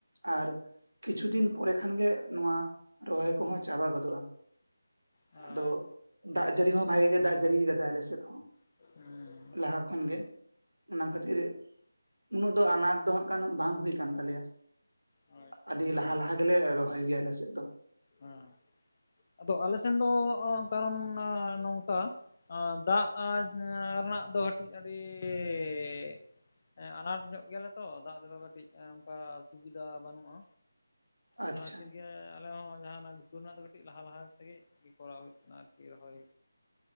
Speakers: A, on the right (about 80°); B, on the left (about 35°).
A: ᱟᱨ ᱠᱤᱪᱷᱩ ᱫᱤᱱ ᱯᱚᱨᱮ ᱠᱷᱟᱱ ᱜᱮ ᱱᱚᱣᱟ ᱨᱚᱦᱚᱭ ᱠᱚᱦᱚᱸ ᱪᱟᱵᱟ ᱜᱚᱫᱚᱜᱼᱟ
B: ᱟᱪᱪᱷᱟ
A: ᱟᱫᱚ ᱫᱟᱜ ᱡᱟᱹᱲᱤ ᱦᱚᱸ ᱵᱷᱟᱜᱮ ᱜᱮ ᱫᱟᱜ ᱡᱟᱹᱲᱤ ᱠᱟᱫᱟᱭ ᱟᱞᱮ ᱥᱮᱫ ᱦᱚᱸ
B: ᱦᱮᱸ
A: ᱞᱟᱦᱟ ᱠᱷᱚᱱ ᱜᱮ ᱚᱱᱟ ᱠᱷᱟᱛᱤᱨᱼᱼ ᱩᱱᱟᱹᱜ ᱫᱚ ᱟᱱᱟᱴ ᱫᱚ ᱦᱟᱸᱜ ᱠᱷᱚᱱ ᱵᱟᱝ ᱦᱩᱭ ᱠᱟᱱᱟ ᱛᱟᱞᱮᱭᱟ
B: ᱟᱪᱪᱷᱟ
A: ᱟᱹᱰᱤ ᱞᱟᱦᱟ ᱞᱟᱦᱟ ᱜᱮᱞᱮ ᱨᱚᱦᱚᱭ ᱜᱮᱭᱟ ᱟᱞᱮ ᱥᱮᱫ ᱫᱚᱼᱼ
B: ᱦᱮᱸ ᱟᱫᱚ ᱟᱞᱮ ᱥᱮᱱ ᱫᱚ ᱠᱟᱨᱚᱱ ᱱᱚᱝᱠᱟᱼᱼ ᱟᱨ ᱫᱟᱜ ᱨᱮᱱᱟᱜ ᱫᱚ ᱠᱟᱹᱴᱤᱡ ᱟᱹᱰᱤᱭᱼᱼ ᱟᱱᱟᱴ ᱧᱚᱜ ᱜᱮᱭᱟ ᱞᱮ ᱛᱚ ᱫᱟᱜ ᱛᱮᱫᱚ ᱠᱟᱹᱴᱤᱡ ᱚᱱᱠᱟ ᱥᱩᱵᱤᱫᱷᱟ ᱵᱟᱹᱱᱩᱜᱼᱟ
A: ᱟᱪᱪᱷᱟ
B: ᱚᱱᱟ ᱠᱷᱟᱹᱛᱤᱨ ᱜᱮ ᱟᱞᱮ ᱦᱚᱸ ᱡᱟᱦᱟᱸ ᱚᱱᱟ ᱜᱷᱩᱴᱩ ᱨᱮᱱᱟᱜ ᱫᱚ ᱠᱟᱹᱴᱤᱡ ᱞᱟᱦᱟ ᱞᱟᱦᱟ ᱛᱮᱜᱮ ᱠᱚᱨᱟᱣ ᱦᱩᱭᱩᱜ ᱠᱟᱱᱟ ᱟᱨᱠᱤ ᱨᱚᱦᱚᱭ